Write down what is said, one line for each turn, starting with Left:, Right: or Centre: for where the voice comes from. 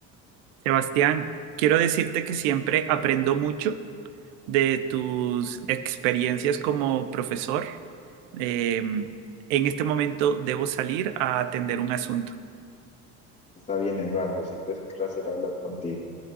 Right: Sebastián, quiero decirte que siempre aprendo mucho de tus experiencias como profesor. Eh, en este momento debo salir a atender un asunto.
Left: Está bien, Eduardo, siempre es un placer hablar contigo.